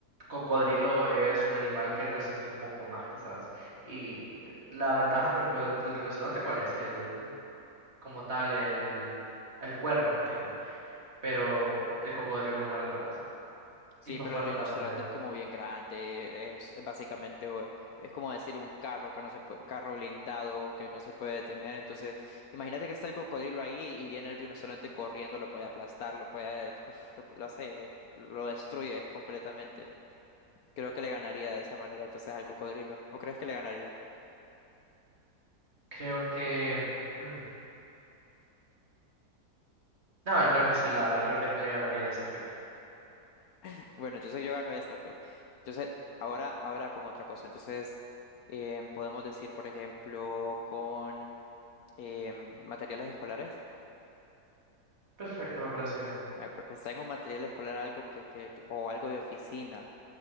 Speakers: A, on the right (about 40°); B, on the left (about 70°).
A: cocodrilo es un animal que resiste un poco más quizás. Y la ventaja, por ejemplo, de- del rinoceronte, ¿cuál es? El, como tal, el, el cuerno que tiene. pero el cocodrilo muerde más.
B: Sí,
A: Y fue
B: pero
A: fuerte
B: el rinoceronte
A: la mordida.
B: es como bien grande, es, es básicamente, eh, es como decir un carro que no se puede, carro blindado que no se puede detener. Entonces, imagínate que está el cocodrilo ahí y viene el rinoceronte corriendo, lo puede aplastar, lo puede, uf, lo, lo hace, lo destruye completamente. Creo que le ganaría de esa manera entonces al cocodrilo. ¿O crees que le ganaría?
A: Creo que... mm, No, creo que sí, la verdad, creo que le ganaría en ese aspecto.
B: <laughs> Bueno, entonces yo gano esta, pues. Entonces, ahora, ahora con otra cosa. Entonces, em, podemos decir, por ejemplo, con em, materiales escolares.
A: Perfecto, me parece bien.
B: Eh, pues pensar en un material escolar algo que, que o algo de oficina